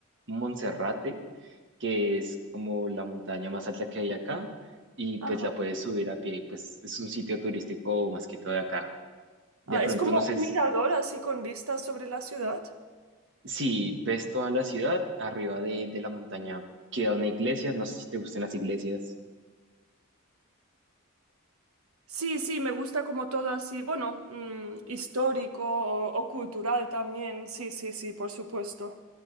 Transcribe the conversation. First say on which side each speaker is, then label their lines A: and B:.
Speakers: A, on the right (about 60°); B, on the right (about 80°).
A: Monserrate, que es como la montaña más alta que hay acá, y pues
B: ajá.
A: la puedes subir a pie, pues es un sitio turístico más que todo de acá. De
B: Ah,
A: pronto
B: es como
A: no sé s-
B: un mirador así con vistas sobre la ciudad.
A: si ves toda la ciudad, arriba de, de la montaña queda una iglesia, no sé si te gustan las iglesias.
B: Sí, sí, me gusta como todo así, bueno, mm, histórico o, o cultural también, sí, sí, sí, por supuesto.